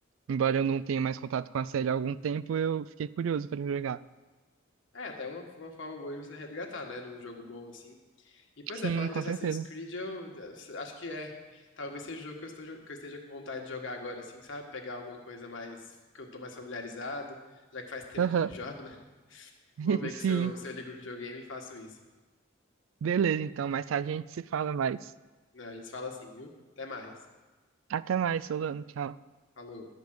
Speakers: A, on the right; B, on the left.
A: Embora eu não tenha mais contato com a série há algum tempo, eu fiquei curioso para jogar.
B: É, até uma, uma forma boa de você resgatar, né? Num jogo bom assim. E pois
A: Sim,
B: é, falando
A: com
B: de Assassin's
A: certeza.
B: Creed, eu eh, acho que é. Talvez seja o jogo que eu esteja, que eu esteja com vontade de jogar agora, assim, sabe? Pegar alguma coisa mais. que eu tô mais familiarizado, já que faz <laughs> tempo
A: Aham.
B: que eu não <laughs> jogo, né?
A: <laughs>
B: Vou ver
A: Sim.
B: que se eu, se eu ligo o videogame e faço isso.
A: Beleza, então, mais tarde a gente se fala mais.
B: Né, A gente fala assim, viu? Até mais.
A: Até mais, Solano. Tchau.
B: Falou.